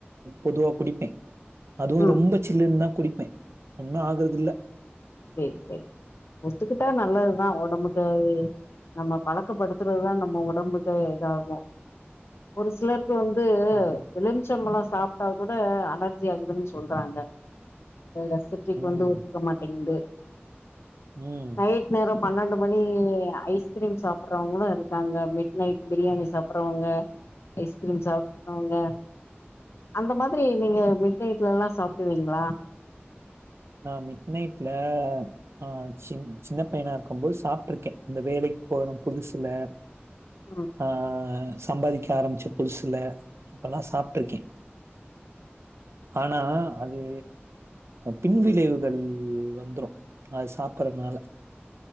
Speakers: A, on the right; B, on the left.
A: பொதுவா குடிப்பேன் அதுவும்
B: ம்
A: ரொம்ப சில்லுன்னுதா குடிப்பேன் ஒண்ணும் ஆகுறது இல்ல
B: சரி சரி ஒத்துக்கிட்டா நல்லதுதான் உடம்புக்கு நம்ம பழக்கப்படுத்துறது தான் நம்ம உடம்புக்கு இதாகும் ஒரு சிலர் இப்ப வந்து
A: ஆமா.
B: எழுமிச்சம் பழம் சாப்பிட்டா கூட அலர்ஜி ஆகுதுன்னு சொல்றாங்க அசிட்டிக்
A: ம்.
B: வந்து ஒத்துக்க மாட்டேங்குது
A: ம்.
B: நைட் நேரம் பன்னெண்டு மணி ஐஸ்கிரீம் சாப்பிட்றவங்களும் இருக்காங்க மிட் நைட் பிரியாணி சாப்பிறவங்க ஐஸ்கிரீம் சாப்றவங்க அந்த மாதிரி நீங்க மிட் நைட்லெலாம் சாப்பிடுவீங்களா
A: நா மிட் நைட்ல ஆ சின் சின்ன பையனா இருக்கும் போது சாப்ட்ருக்கே இந்த வேலைக்கு போறோ புதுசுல
B: ம்
A: ஆ சம்பாதிக்க ஆரம்பிச்ச புதுசுல அப்பல்லா சாப்ட்ருக்கே ஆனா அது பின்விளைவுகள் வந்துரு அது சாப்பறனால